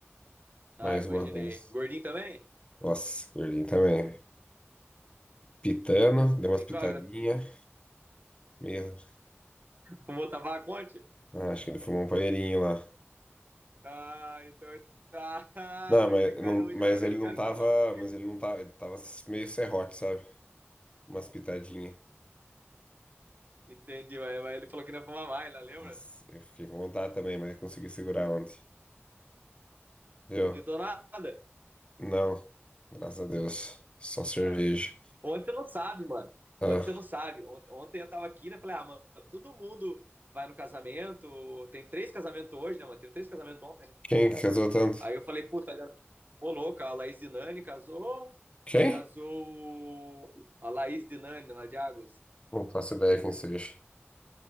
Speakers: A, on the right; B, on the left.
A: Ah,
B: Mais
A: imaginei.
B: uma vez.
A: Gordinho também?
B: Nossa, gordinho também. Pitando, deu
A: Gordinho
B: umas pitadinhas.
A: com a...
B: Mesmo.
A: fumou tabaco ontem?
B: Ah, acho que ele fumou um panheirinho lá.
A: Ah, então... ele- Ah, <laughs>
B: Não,
A: hoje
B: mas,
A: ele
B: não,
A: cai, hoje
B: mas
A: ele
B: ele
A: cai
B: não
A: no
B: tava.
A: cavalo comigo.
B: Mas ele não tava. Ele tava meio serrote, sabe? Umas pitadinhas.
A: Entendi, mas, mas ele falou que não ia fumar mais, né? Lembra?
B: Nossa, eu fiquei com vontade também, mas consegui segurar ontem. Viu?
A: Não tentou nada.
B: Não. Graças a Deus. Só cerveja.
A: Ah, Ontem você não sabe, mano. Ontem
B: Ah,
A: você não sabe. Ontem, ontem eu tava aqui, né? Falei, ah, mano, todo mundo vai no casamento. Tem três casamentos hoje, né, mano? Teve três casamentos ontem, né?
B: quem casou tanto?
A: Aí eu falei, puta, cara, ô louca, a Laís Dinani casou.
B: Quem?
A: Casou a Laís Dinani, lá de Águas.
B: Não faço ideia quem seja.